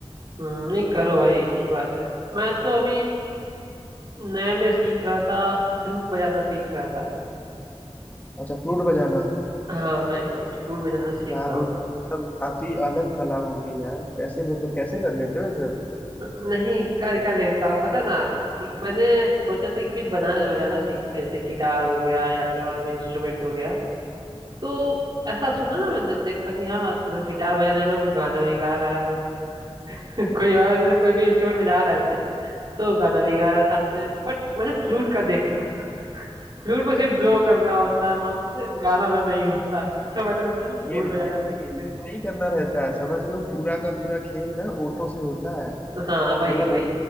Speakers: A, on the right; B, on the left.
A: हम्म, नहीं करो भाई अच्छी बात है मैं तो अभी नए में सीख रहा था फ्लूट बजाना सीख रहा था
B: अच्छा फ्लूट बजाना
A: हाँ भाई मैं फ्लूट बजाना सीख
B: यार
A: रहा
B: वो सब काफी अलग कला हो गई यार कैसे मतलब कैसे कर लेते हो ये सब
A: हूँ नहीं कर क्या लेता हूँ पता है ना फुल- मैंने सोचा था कि कुछ बना बजाना सीखते हैं जैसे गिटार हो गया या फिर और भी इंस्ट्रूमेंट हो गया तो ऐसा सुना ना मैंने देखा कि हाँ अगर गिटार बजाने आता है तो गाना भी गा रहा है वो <laughs> कोई और कोई भी इंस्ट्रूमेंट बजा रहा है ऐसे तो गाना भी गा रहा साथ में बट मैंने फ्लूट का देखा फ्लूट में सिर्फ ब्लो करना होता है माउथ से गाना वाना नहीं होता है तो मैंने सोचा चलो फ्लूट
B: ये नहीं
A: बजाना
B: है कि
A: सीखते
B: इनको
A: हैं।
B: नहीं करना रहता है समझ लो पूरा का पूरा खेल ना ओठों से होता है
A: हाँ वही
B: जो
A: वही
B: ओठ